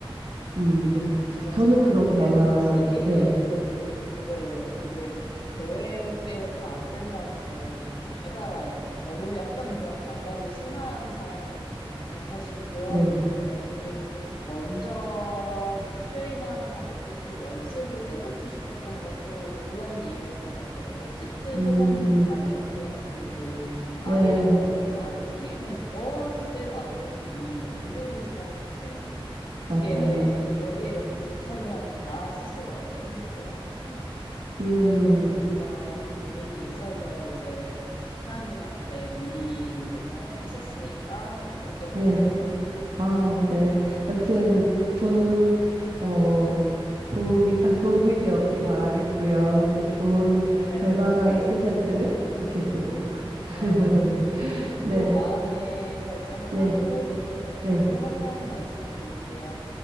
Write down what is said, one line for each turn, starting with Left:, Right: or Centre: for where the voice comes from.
Right: 음, 좀,
Left: 맞아요.
Right: 저는 그런
Left: 이게
Right: 변화를,
Left: 확실히
Right: 네,
Left: 저도, 네, 그게 계획대로 다 안 된다는 걸 좀 깨달아야 되고, 저는 약간 그런 강박이 심한 사람이었기 때문에 사실 그런
Right: 네,
Left: 부분을 좀 먼저 좀 트레인하거나 먼저 좀 연습을 해놓고 싶었던 것도 그런 이유인 것 같아요. 어쨌든
Right: 음,
Left: 세상 일이 다 내 맘대로 안 되고, 아이를
Right: 네,
Left: 가지고 아이를 키우면 더 뜻대로 안 되는 일이 막 무궁무진할 텐데. 그게
Right: 맞아요.
Left: 이- 여기에 너무 집착을 하면 나 스스로가 너무 힘들 것 같은 거예요.
Right: 음,
Left: 그래서 이제 그런 고민이 있어서 이제 티나님한테 미리 이제 경험을 하셨으니까 이제 여쭤봤어요.
Right: 네, 아, 네. 여튼, 좋은, 어, 도움이, 아, 도움이 되었기 바라겠고요. 네, 좋은
Left: 네,
Right: 결과가 있으셨으면 좋겠습니다. <laughs>
Left: 네. 어쨌든
Right: 네,
Left: 또 마음의 결정을
Right: 네,
Left: 하고 그렇게 되면
Right: 네.
Left: 또 한번 말씀드릴게요.